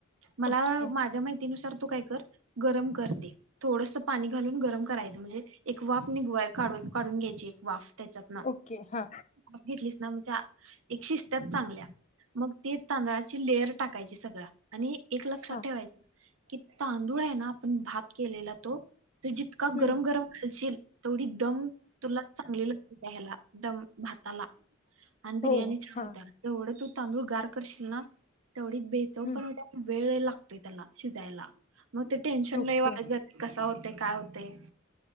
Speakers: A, on the right; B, on the left.
A: मला
B: ओके
A: माझ्या माहित नुसार तू काय कर गरम कर ते थोडस पाणी घालून गरम करायचं म्हणजे एक वाफ निघवाय काढून काढून घ्यायची एक वाफ त्याच्यात ना
B: ओके हा
A: वाफ घेतलीस नमच्या एक शिजत्यात चांगल्या मग ते तांदळाची लेयर टाकायची सगळा आणि एक लक्षात
B: हा
A: ठेवायच कि तांदूळ आहे ना आपण भात केलेला तो तो जितका
B: हम्म
A: गरम गरम घालशील तेवढी दम तुला चांगली लागते त्या ह्याला दम भााताला आणि बिर्याणी
B: हो
A: छान
B: हा
A: होत्याय जेवढं तु तांदूळ गार करशील ना तेवढी बेचव
B: हम्म
A: पण होत आणि वेळ ही लागत तोय त्याला शिजायला मग ते टेन्शन
B: ओके
A: लय वाढत जात कसा होत ते काय होतय